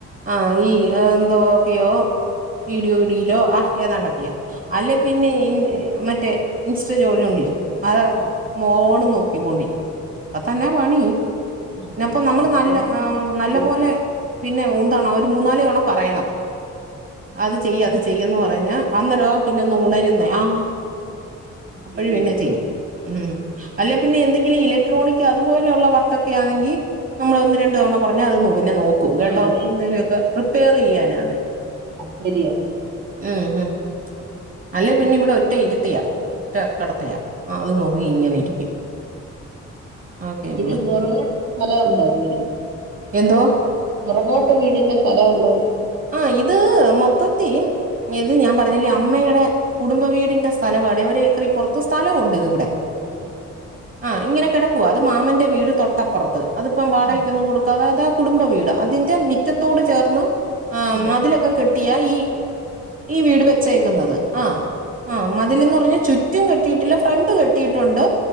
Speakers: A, on the right; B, on the right.
A: ആ ഈ എന്തോക്കെയോ വീഡിയോ ഇടിലോ ആ ഏതാണ്ടൊക്കെയാ അല്ലെ പിന്നെ മറ്റേ ഇൻസ്റ്റ <unintelligible> കൊണ്ടിരിക്കും അഹ്
B: ആഹ്
A: ഫോണ് നോക്കിക്കൊണ്ടിരിക്ക അതന്നെ പണി
B: ആഹ്
A: പിന്നപ്പംനമ്മള്
B: അത് അവർക്കും
A: നല്ല നല്ല
B: ഇ-
A: പോലെ പിന്നെ ഉന്തണം ഒരു മൂന്നാല് തവണ പറയണം അത് ചെയ്യ്
B: അവർ
A: അത് ചെയ്യന്ന് പറഞ്ഞ അന്നരോ പിന്നെ ഒന്ന് ഉണരുന്നേ ആ അപ്പഴും
B: ചെയ്തില്ലെന്നില്ലേ
A: പിന്നെ ചെയ്യ് ഉം അല്ല പിന്നെ എന്തെങ്കിലും ഇലക്ട്രോണിക് അതുപോലെയുള്ള വർക്കൊക്കെ ആണെങ്കിൽ നമ്മള് ഒന്ന് രണ്ടു തവണ പറഞ്ഞൽ അത് പിന്നെ നോക്കും കേട്ടോ
B: ആഹ് അത്
A: എന്തേലെക്കെ പ്രിപ്പയർ ചെയ്യാനാണ്
B: ശരിയ
A: ഉം ഉം അല്ലേ പിന്നെ ഇവിടെ ഒറ്റ ഇരുത്തിയാ <unintelligible> കെട്ത്തിയാ അത് നോക്കി ഇങ്ങനെ ഇരിക്കും ഓക്കെ
B: പിന്നെ
A: ഉള്ളു
B: പെറകോട്ട് സ്ഥലവുണ്ടോ വീടിന്
A: എന്തോ
B: പെറകോട്ട് വീടിന്റെ സ്ഥലം ഉണ്ടോ
A: ആ ഇത് മൊത്തത്തി ഇത് ഞാൻ പറഞ്ഞില്ലേ അമ്മേടെ കുടുംബ വീടിന്റെ സ്ഥലവാണ്ടേ ഒരോക്കറിപൊറത്ത് സ്ഥലവുണ്ട് ഇത് ഇവിടെ
B: ആഹ്
A: ആഹ ഇങ്ങനെ കെടക്കുവ അത് മാമന്റെ വീട് തൊട്ടപ്പറത്ത് അതിപ്പം വാടകയ്ക്കൊന്നും
B: ആഹ്
A: കൊടുക്കാതെ കുടുംബ വീട് അതിന്റെ മിറ്റത്തോട് ചേർന്ന് ആ
B: ഇത്
A: മതിലൊക്കെ കെട്ടിയ ഈ ഈ വീട് വച്ചേക്കുന്നത് ആഹ് ആ മതിലന്ന് പറഞ്ഞാ ചുറ്റും കെട്ടിയിട്ടില്ല ഫ്രണ്ട് കെട്ടിയിട്ടുണ്ട്